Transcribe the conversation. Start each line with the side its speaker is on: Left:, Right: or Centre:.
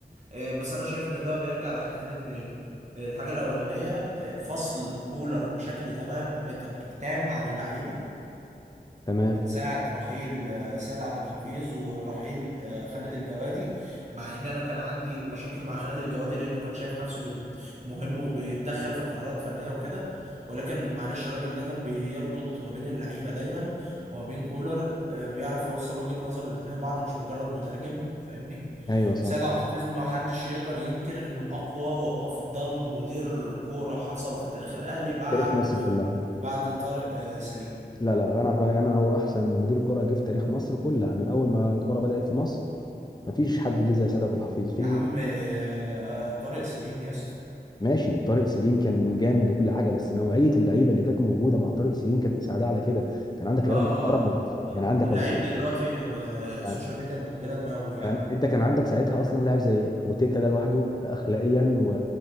Right: آه، بس أنا شايف إن ده بيرجع لحاجتين اتنين آه، الحاجة الأولانية آه، فصل كولر بشكل تمام تم- تام عن اللعيبة
Left: تمام
Right: من ساعة رحيل آه، سيد عبد الحفيظ ورحيل آه، خالد الجوادي مع ان انا كان عندي مشاكل مع خالد الجوادي لانه كان شايف نفسه بد- مهم وبيتدخل في قرارات فنية وكده ولكن معلش الراجل ده كان بيربط ما بين اللعيبة دايما وما بين كولر آه، بيعرف يوصل وجهة نظر الاتنين لبعض مش مجرد مترجم فاهمني
Left: ايوه صح
Right: سيد عبد الحفيظ ما حدش يقدر ينكر انه اقوى وافضل مدير كورة حصل في تاريخ الاهلي بعد
Left: تاريخ مصر كلها
Right: بعد طارق آه، سليم
Left: لا لا انا في رايي انا هو احسن مدير كره جه في تاريخ مصر كلها من اول ما الكره بدأت في مصر مفيش حد جه زي سيد عبد الحفيظ في
Right: يا عم آه، طارق سليم يا اسطى
Left: ماشي طارق سليم كان جامد وكل حاجه بس نوعيه اللعيبه اللي كانت موجوده مع طارق سليم كانت مساعده على كده كان عندك
Right: اه
Left: لعيبه محترمه
Right: اه اه اه
Left: يعني عندك
Right: اللعيب
Left: ابو تريكه
Right: دلوقتي ما-
Left: يعني
Right: السوشيال ميديا مبهدله دماغه فعلا
Left: يعني انت كان عندك ساعتها اصلا لاعب زي ابو تريكه ده لوحده اخلاقيا و...